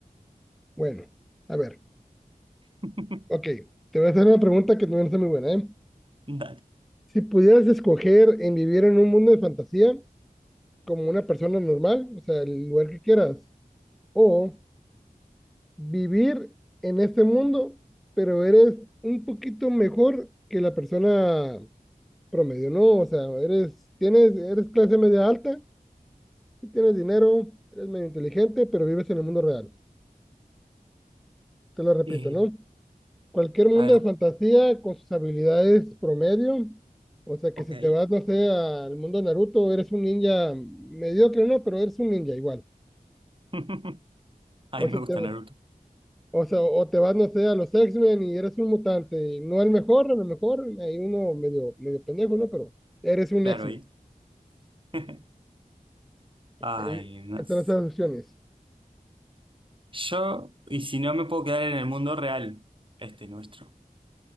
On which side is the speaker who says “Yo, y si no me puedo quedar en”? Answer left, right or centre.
Right